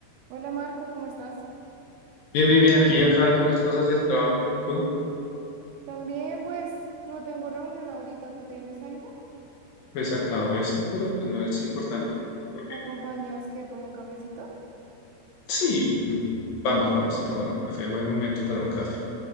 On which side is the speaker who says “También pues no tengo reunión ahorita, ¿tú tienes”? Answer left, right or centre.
Right